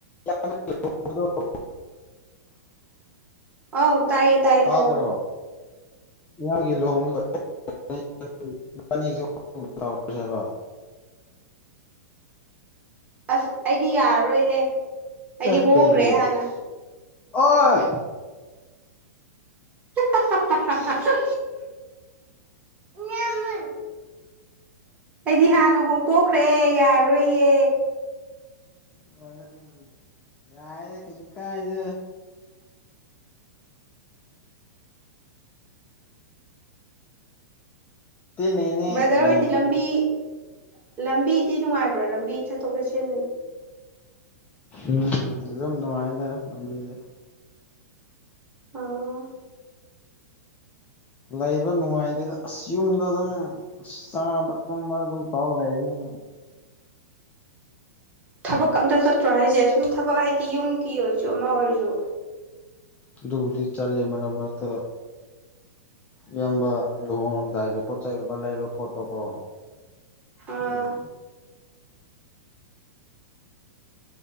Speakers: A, on the left; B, on the right.
A: <unintelligible>
B: ꯑꯥꯎ ꯇꯥꯏꯌꯦ ꯇꯥꯏꯌꯦ
A: ꯇꯥꯗ꯭ꯔꯣ
B: ꯍꯥꯏꯌꯣ
A: ꯏꯌꯥꯝꯕꯒꯤ ꯂꯨꯍꯣꯡꯕꯗꯣ ꯍꯦꯛ ꯂꯣꯏꯕꯒꯥ ꯏꯕꯅꯤꯒꯤꯁꯨ ꯂꯨꯍꯣꯡꯅꯕ ꯇꯧꯔꯁꯦꯕ
B: ꯑꯁ ꯑꯩꯗꯤ ꯌꯥꯔꯔꯣꯏꯍꯦ ꯑꯩꯗꯤ
A: ꯑꯦ
B: ꯍꯣꯡꯈ꯭ꯔꯦ
A: ꯀꯩꯒꯤ
B: ꯍꯥꯟꯅ
A: ꯑꯣꯏ
B: ꯍꯥꯍꯥꯍꯥ ꯅꯃꯥ ꯑꯩꯗꯤ ꯍꯥꯟꯅ ꯍꯣꯡꯇꯣꯛꯈ꯭ꯔꯦ ꯌꯥꯔꯣꯏꯌꯦ
A: ꯑ ꯀ ꯆꯗ <unintelligible> ꯇꯦꯅꯦꯅꯦ
B: ꯕ꯭ꯔꯗꯔ
A: ꯅꯦ
B: ꯍꯣꯏꯗꯤ
A: ꯎꯝ
B: ꯂꯝꯕꯤ ꯂꯝꯕꯤꯗꯤ ꯅꯨꯡꯉꯥꯏꯕ ꯂꯝꯕꯤ ꯆꯠꯊꯣꯛ ꯆꯠꯁꯤꯟ
A: ꯎꯝ ꯑꯗꯨꯝ ꯅꯨꯡꯉꯥꯏꯅ ꯂꯝꯕꯤꯗꯤ
B: ꯑꯣ
A: ꯂꯩꯕ ꯅꯨꯡꯉꯥꯏꯇꯦꯗ ꯑꯁ ꯌꯨꯝꯗ ꯑꯗꯨꯝ ꯆꯥꯕ ꯇꯨꯝꯕ ꯑꯗꯨ ꯇꯧ ꯂꯩꯕꯅꯤꯅꯥ
B: ꯊꯕꯛꯀ ꯝꯇ ꯆꯠꯇ꯭ꯔꯣ ꯍꯥꯏꯁꯦ ꯁꯨꯝ ꯊꯕꯛ ꯍꯥꯏꯗꯤ ꯌꯨꯝꯒꯤ ꯑꯣꯏꯔꯁꯨ ꯑꯃ ꯑꯣꯏꯔꯁꯨ
A: ꯑꯗꯨꯕꯨꯗꯤ ꯆꯠꯂꯦ ꯃꯔꯛ ꯃꯔꯛꯇ ꯏꯌꯥꯝꯕ ꯂꯨꯍꯣꯡꯉꯝꯗꯥꯏꯒꯤ ꯄꯣꯠꯆꯩꯒꯨꯝꯕ ꯂꯩꯕ ꯈꯣꯠꯄ ꯀꯣ
B: ꯑꯥ
A: ꯎꯝ